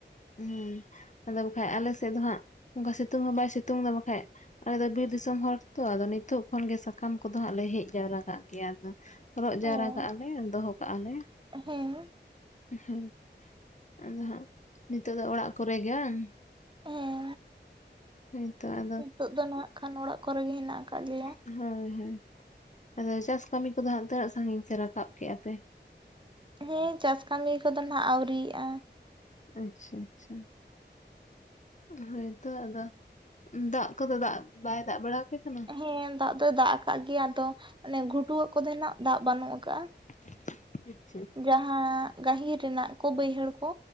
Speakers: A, on the left; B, on the right.
A: ᱦᱮᱸ ᱟᱫᱚ ᱵᱟᱠᱷᱟᱡ ᱟᱞᱮ ᱥᱮᱫ ᱫᱚ ᱦᱟᱸᱜ ᱚᱱᱠᱟ ᱥᱤᱛᱩᱝ ᱦᱚᱸ ᱵᱟᱭ ᱥᱤᱛᱩᱝ ᱮᱫᱟ ᱵᱟᱠᱷᱟᱜᱼᱼ ᱟᱞᱮ ᱫᱚ ᱵᱤᱨ ᱫᱤᱥᱚᱢ ᱦᱚᱲ ᱛᱚ ᱟᱫᱚ ᱱᱤᱛᱚᱜ ᱠᱷᱚᱱ ᱜᱮ ᱥᱟᱠᱟᱢ ᱠᱚᱫᱚ ᱦᱟᱸᱜ ᱞᱮ ᱦᱮᱡ ᱡᱟᱣᱨᱟ ᱠᱟᱜ ᱜᱮᱭᱟ ᱟᱫᱚᱼᱼ ᱨᱚᱜ ᱡᱟᱣᱨᱟ
B: ᱦᱮᱸ
A: ᱠᱟᱜᱼᱟ ᱞᱮ ᱫᱚᱦᱚ ᱠᱟᱜᱼᱟ ᱞᱮ ᱾
B: ᱦᱮᱸ
A: ᱦᱮᱸ ᱟᱫᱚ ᱦᱟᱸᱜ ᱱᱤᱛᱚᱜ ᱫᱚ ᱚᱲᱟᱜ ᱠᱚᱨᱮ ᱜᱮ ᱵᱟᱝ?
B: ᱦᱮᱸ
A: ᱦᱚᱭ ᱛᱚ ᱟᱫᱼᱼ
B: ᱱᱤᱛᱚᱜ ᱫᱚ ᱱᱟᱜ ᱠᱷᱟᱱ ᱚᱲᱟᱜ ᱠᱚᱨᱮ ᱜᱮ ᱦᱮᱱᱟᱜ ᱠᱟᱜ ᱞᱮᱭᱟ ᱾
A: ᱦᱳᱭ ᱦᱳᱭ ᱟᱫᱚ ᱪᱟᱥ ᱠᱟᱢᱤ ᱠᱚᱫᱚ ᱦᱟᱸᱜ ᱛᱤᱱᱟᱹᱜ ᱥᱟᱺᱜᱤᱧ ᱯᱮ ᱨᱟᱠᱟᱵ ᱠᱮᱜᱼᱟ ᱯᱮ?
B: ᱦᱮᱸ ᱪᱟᱥ ᱠᱟᱢᱤ ᱠᱚᱫᱚ ᱱᱟᱜ ᱟᱹᱣᱨᱤᱭᱟᱜᱼᱟ ᱾
A: ᱟᱪᱪᱷᱟ ᱟᱪᱪᱷᱟ ᱾ ᱦᱳᱭ ᱛᱚ ᱟᱫᱚ, ᱫᱟᱜ ᱠᱚᱫᱚ ᱫᱟᱜ ᱵᱟᱭ ᱫᱟᱜ ᱵᱟᱲᱟᱣ ᱟᱯᱮ ᱠᱟᱱᱟ?
B: ᱦᱮᱸ ᱫᱟᱜ ᱫᱚᱭ ᱫᱟᱜ ᱠᱟᱜ ᱜᱮᱭᱟ ᱟᱫᱚ ᱚᱱᱮ ᱜᱷᱩᱴᱩ ᱣᱟᱜ ᱠᱚᱫᱮ ᱱᱟᱜ ᱫᱟᱜ ᱵᱟᱱᱩᱜ ᱠᱟᱜᱼᱟ ᱾
A: <unintelligible>
B: ᱡᱟᱦᱟᱸ ᱜᱟᱦᱤᱨ ᱨᱮᱱᱟᱜ ᱼᱼ ᱠᱚ ᱵᱟᱹᱭᱦᱟᱹᱲ ᱠᱚ